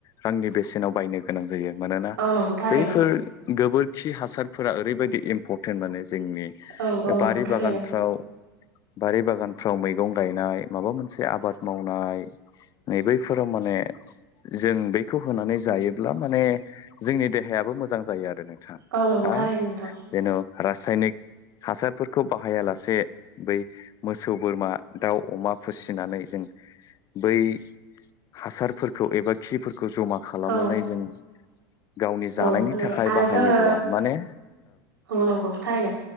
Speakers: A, on the left; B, on the right.
A: रांनि बेसेनाव बायनो गोनां जायो मानोना
B: औ नंगौ थारैनो
A: बैफोर गोबोरखि हासारफोरा ओरैबायाददि इम्परटेन्ट माने जोंनि
B: औ औ
A: बारि
B: नंगौ थारैनो
A: बागानफ्राव बारि बागानफ्राव मैगं गायनाय माबा मोनसे आबाद मावनाय नै बैफोराव माने जों बखौ होनानै जायोब्ला माने जोंनि देहायाबो मोजां जायो आरो ना
B: औ नंगौ
A: हा
B: थारैनो नोंथां
A: जेन' रासायनिक हासारफोरखौ बाहायालासे बै मोसौ बोरमा दाउ अमा फुसि फ ज बै हासारफोरखौ एबा खि खौ जमा खालामनानै
B: औ
A: जों गावनि जानायनि
B: औ माने
A: थाखाय
B: आरो
A: बाहायोब्ला
B: जोङो
A: माने
B: औ नंगौ थारैनो